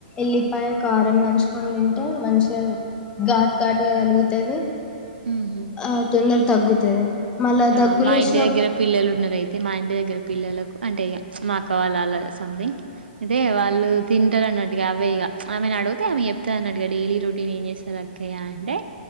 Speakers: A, on the left; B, on the right.
A: ఎల్లిపాయ కారం నంజుకొని తింటే మంచిగా ఘాటు ఘాటుగా తలుగుతది
B: ఉహు
A: ఆ తొందర్ తగ్గుతది మళ్ళా
B: ఆ
A: దగ్గులేసిన
B: మా ఇంటి దగ్గర పిల్లలు అయితే మా ఇంటి దగ్గర పిల్లలకు అంటే ఇక మా అక్క వాళ్ళు అలా సంథింగ్ అయితే వాళ్ళు తింటరు అన్నట్టుగా అవే ఇక ఆమెను అడిగితే ఆమె చెప్తదన్నట్టుగా డైలీ రొటీన్ ఏం చేస్తారు అక్కయ్యా అంటే